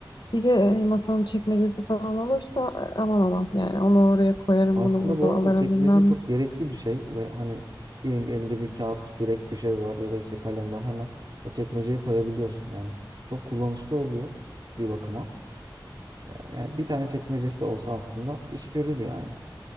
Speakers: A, on the left; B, on the right.
A: Bir de e, masanın çekmecesi falan olursa e, aman aman yani onu oraya koyarım
B: Aslında
A: bunu burada
B: bu arada
A: alırım
B: çekmece
A: bilmem.
B: çok
A: ne.
B: gerekli bir şey ve hani diyelim ki elinde bir kağıt, kürek bir şey var ya da işte kalem var hemen o çekmeceye koyabiliyorsun yani. Çok kullanışlı oluyor bir bakıma. Ee, Yani bir tane çekmecesi de olsa aslında iş görür yani.